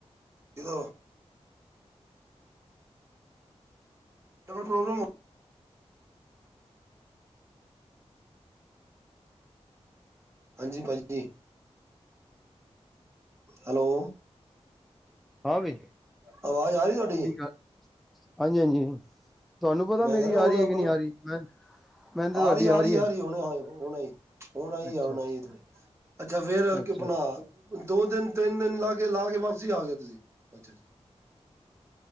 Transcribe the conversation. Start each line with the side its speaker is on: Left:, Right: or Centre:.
Right: ਕਿਉ? ਪ੍ਰਬੌਲਮ ਹੋ ਹਾਂਜੀ, ਭਾਜੀ। ਹੈਲੋ
Centre: ਹਾਂ ਵੀ,
Right: ਆਵਾਜ਼ ਆ ਰਹੀ ਤੁਹਾਡੀ
Centre: ਹਾਂਜੀ-ਹਾਂਜੀ। ਤੁਆਨੂੰ ਪਤਾ
Right: ਮੈਂ
Centre: ਮੇਰੀ
Right: ਕਹਿ ਰਿਹਾ ਹੁਣ
Centre: ਆ ਰਈ
Right: ਆਪਣਾ
Centre: ਐ ਕਿ ਨਈ ਆ ਰਹੀ ਮੈਂ ਮੈਨੂੰ ਤਾਂ
Right: ਆ
Centre: ਤੁਹਾਡੀ
Right: ਰਈ, ਆ
Centre: ਰਹੀ
Right: ਰਈ,
Centre: ਹੈ
Right: ਆ ਰਈ ਆ, ਹੁਣ ਆਈ ਹੁਣ ਆਈ
Centre: ਅੱਛਾ
Right: ਆਈ
Centre: ਅੱਛਾ
Right: ਏ। ਅੱਛਾ, ਫੇਰ
Centre: ਅੱਛਾ
Right: ਕਿ ਆਪਣਾ ਦੋ ਦਿਨ ਤਿੰਨ ਦਿਨ ਲਾ ਕੇ ਲਾ ਕੇ ਵਸ ਅਸੀਂ ਆਗੇ ਤੁਸੀਂ ਅੱਛਾ-ਅੱਛਾ।